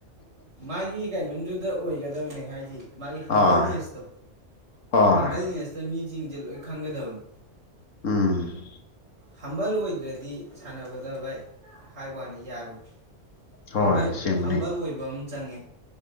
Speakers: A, on the right; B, on the left.
A: ꯃꯥꯒꯤ ꯀꯩꯅꯣꯝꯗꯨꯗ ꯑꯣꯏꯒꯗꯕꯅꯦ ꯍꯥꯏꯗꯤ ꯃꯥꯒꯤ ꯍꯝꯕꯜꯅꯦꯁꯇꯣ
B: ꯍꯣꯏ ꯍꯣꯏ
A: ꯍꯝꯕꯜꯅꯦꯁꯇ ꯃꯤ ꯁꯤꯡꯁꯦ ꯂꯣꯏ ꯈꯪꯒꯗꯕꯅꯤ
B: ꯎꯝ
A: ꯍꯝꯕꯜ ꯑꯣꯏꯗ꯭ꯔꯗꯤ ꯁꯥꯟꯅꯕꯗ ꯚꯥꯏ ꯍꯥꯏ ꯋꯥꯅꯤ ꯌꯥꯔꯣꯏ
B: ꯍꯣꯏ
A: ꯍꯝꯕꯜ
B: ꯑꯁꯦꯡꯕꯅꯤ
A: ꯍꯝꯕꯜ ꯑꯣꯏꯕ ꯑꯃ ꯆꯪꯉꯦ